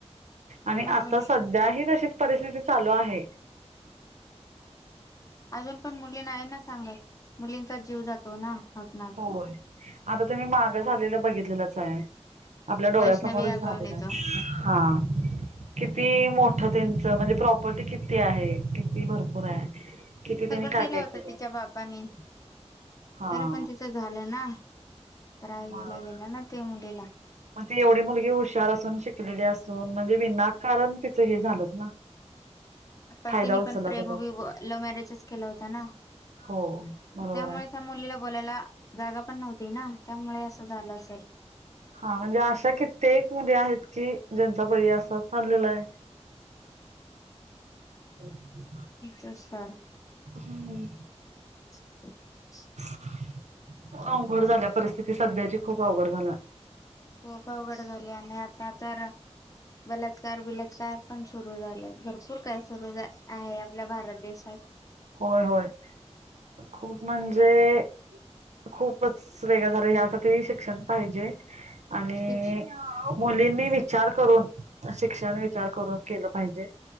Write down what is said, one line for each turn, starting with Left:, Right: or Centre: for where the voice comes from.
Right: आणि
Left: बरोबर
Right: आता सध्याही तसेच. परिस्थिती चालू आहे.
Left: अजून पण मुली आहे ना सांगत मुलींचा जीव जातो ना? हकनाक
Right: हो आता तुम्ही मागं झालेलं बघितलेलंच आहे. आपल्या डोळ्यासमोरच
Left: वैष्णवी आगवून
Right: झालेला.
Left: येतो
Right: आहे हा कि? किती मोठं त्यांच म्हणजे प्रॉपर्टी किती आहे किती भरपूर आहे. किती त्यांनी
Left: सगळं
Right: काय
Left: दिलं
Right: काय
Left: होत
Right: केलं
Left: तिच्या बापानी
Right: हा
Left: तरी पण तिच. झालं ना राहिल्या
Right: मग
Left: गेला ना ते. ला <unintelligible>
Right: ती एवढी मुलगी हुशार असून. शिकलेली असून म्हणजे. विनाकारण तिचं हे झालंच ना?
Left: पण
Right: फायदा
Left: तिने
Right: उचलला
Left: पण प्रेम
Right: त्या लोकांनी
Left: वी लव्ह मॅरेजच केला होता ना,
Right: हो बरोबर
Left: त्यामुळे
Right: आहे.
Left: त्या मुलीला बोलायला जागा. पण नव्हती ना त्यामुळे असं झालं असेल?
Right: हा म्हणजे अशा कित्येक मुली आहेत की ज्यांचा बळी असा चाललेला आहे. अच् <unintelligible>
Left: क सर. <unintelligible>
Right: हम्
Left: <unintelligible>
Right: <unintelligible> अवघड झालीया परिस्थि ती सध्याची खूप अवघड झालं?
Left: खूप अवघड झालीय आणि आता तर, बलात्कार बिलत्कार पण सुरू झाले, भरपूर काय? सुरूच आहे आपल्या भारत देशात.
Right: होय होय खूप म्हणजे? खूपच वेगळं झालं ह्या तसही शिक्षण पाहिजे. आणि
Left: शिक्ष
Right: मुलींनी वि चार करून शिक्षण विचार करून केलं पाहिजे